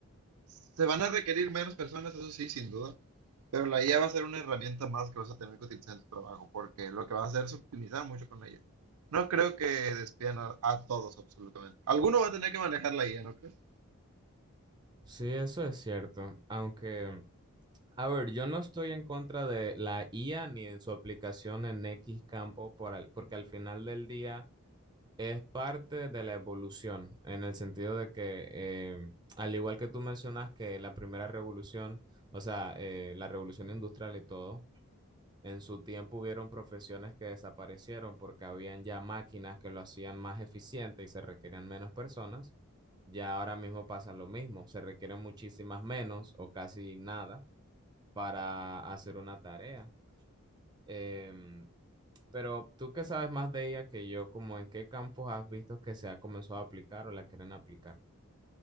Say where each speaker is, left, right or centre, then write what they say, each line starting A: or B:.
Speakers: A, on the right; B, on the right.
A: se van a requerir menos personas, eso sí, sin duda, Pero la IA va a ser una herramienta más que vas a tener que utilizar en tu trabajo, porque lo que va a hacer es optimizar mucho con la IA. No creo que despidan a, a todos, absolutamente. Alguno va a tener que manejar la IA, ¿no crees?
B: Sí, eso es cierto, aunque A ver, yo no estoy en contra de la IA ni en su aplicación en X campo, por al- porque al final del día es parte de la evolución, en el sentido de que, eh, al igual que tú mencionas que la primera revolución, o sea, eh, la revolución industrial y todo, en su tiempo hubieron profesiones que desaparecieron porque habían ya máquinas que lo hacían más eficiente y se requerían menos personas. Ya ahora mismo pasa lo mismo, se requieren muchísimas menos o casi nada para hacer una tarea. Em, pero tú que sabes más de ella que yo, como en qué campos has visto que se ha comenzado a aplicar o la quieren aplicar.